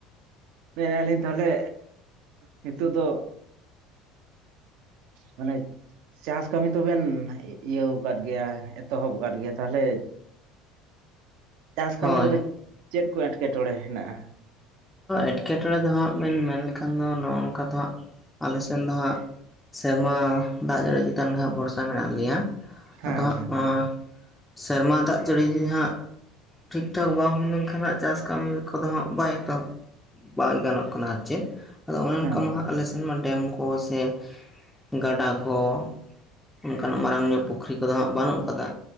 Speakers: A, on the right; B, in the centre.
A: ᱢᱮᱱᱮ ᱞᱤᱧ ᱛᱟᱦᱚᱞᱮ ᱱᱤᱛᱚᱜ ᱫᱚ ᱢᱟᱱᱮ ᱪᱟᱥ ᱠᱟᱹᱢᱤ ᱛᱚᱵᱮᱱ ᱤᱭᱟᱹᱣ ᱠᱟᱫ ᱜᱮᱭᱟ ᱮᱛᱚᱦᱚᱵ ᱠᱟᱫ ᱜᱮᱭᱟ ᱛᱟᱦᱚᱞᱮ ᱪᱟᱥ ᱠᱟᱹᱢᱤ
B: ᱦᱳᱭ
A: ᱨᱮᱫᱚ ᱪᱮᱫ ᱠᱚ ᱮᱴᱠᱮᱴᱚᱬᱮ ᱦᱮᱱᱟᱜᱼᱟ
B: ᱮᱴᱠᱮᱴᱚᱬᱮ ᱫᱚᱦᱟᱸᱜ ᱵᱮᱱ ᱢᱮᱱ ᱞᱮᱠᱷᱟᱱ ᱫᱚ ᱱᱚᱜᱼᱚ ᱱᱚᱝᱠᱟ ᱫᱚ ᱦᱟᱸᱜ ᱟᱞᱮ ᱥᱮᱱ ᱫᱚ ᱦᱟᱸᱜ ᱥᱮᱢᱟ ᱫᱟᱜ ᱡᱟᱹᱲᱤ ᱪᱮᱛᱟᱱ ᱜᱮ ᱦᱟᱸᱜ ᱵᱷᱚᱨᱥᱟ ᱢᱮᱱᱟᱜ ᱞᱮᱭᱟ
A: ᱦᱮᱸ
B: ᱟᱫᱚ ᱦᱟᱸᱜ
A: ᱦᱮᱸ
B: ᱱᱚᱣᱟ ᱥᱮᱨᱢᱟ ᱫᱟᱜ ᱡᱟᱹᱲᱤ ᱦᱟᱸᱜ ᱴᱷᱤᱠ ᱴᱷᱟᱠ ᱵᱟᱝ ᱦᱩᱭ ᱞᱮᱱᱠᱷᱟᱱ ᱦᱟᱸᱜ ᱪᱟᱥ ᱠᱟᱹᱢᱤ ᱠᱚᱫᱚ ᱦᱟᱸᱜ ᱵᱟᱭ ᱠᱟᱵ ᱵᱟᱝ ᱜᱟᱱᱚᱜ ᱠᱟᱱᱟ ᱟᱨ ᱪᱮᱫ ᱟᱫᱚ ᱚᱱᱠᱟ
A: ᱦᱮᱸ
B: ᱢᱟ ᱟᱞᱮ ᱥᱮᱱ ᱢᱟ ᱰᱮᱢ ᱠᱚ ᱥᱮ ᱜᱟᱰᱟ ᱠᱚ ᱚᱱᱠᱟᱱᱟᱜ ᱢᱟᱨᱟᱝ ᱧᱚᱜ ᱯᱩᱠᱷᱨᱤ ᱠᱚᱫᱚ ᱦᱟᱸᱜ ᱵᱟᱹᱱᱩᱜ ᱠᱟᱫᱟ